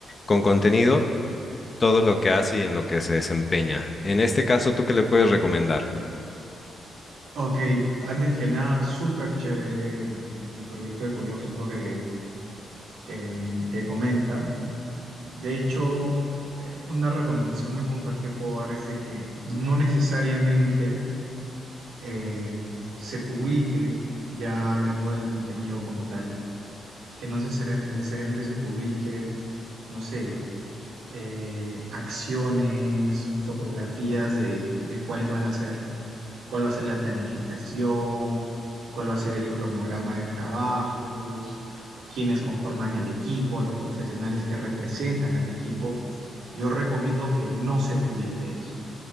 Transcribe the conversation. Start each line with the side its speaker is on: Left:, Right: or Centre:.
Left: con contenido todo lo que hace y en lo que se desempeña. En este caso, ¿tú qué le puedes recomendar?
Right: Ok, antes que nada, súper chévere el, el proyecto ecológico que, que, que comentas. De hecho, eh, una recomendación muy puntual que puedo dar es de que no necesariamente eh, se publique, ya hablando del contenido como tal, que no necesari- necesariamente se publique, no sé, eh, acciones, fotografías de, de cuáles van a ser cuál va a ser la planificación, cuál va a ser el cronograma de trabajos, quiénes conforman el equipo, los profesionales que representan al equipo. Yo recomiendo que no se publique eso,